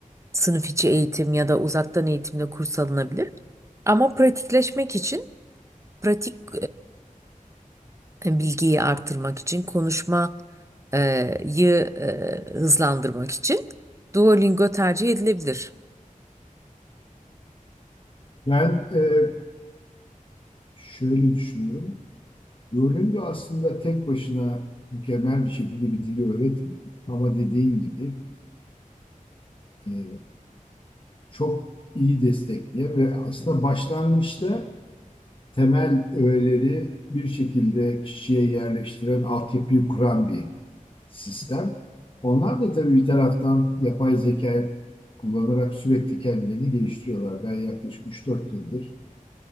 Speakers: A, on the right; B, on the left.
A: sınıf içi eğitim ya da uzaktan eğitimle kurs alınabilir. Ama pratikleşmek için pratik bilgiyi arttırmak için, konuşmayı e, hızlandırmak için Duolingo tercih edilebilir.
B: Ben e, şöyle düşünüyorum. Duolingo aslında tek başına mükemmel bir şekilde bir dili öğretmiyor. Ama dediğin gibi e, çok iyi destekleyen ve aslında başlangıçta temel öğeleri bir şekilde kişiye yerleştiren, altyapıyı kuran bir sistem. Onlar da tabii bir taraftan yapay zekayı kullanarak sürekli kendilerini geliştiriyorlar. Ben yaklaşık üç dört yıldır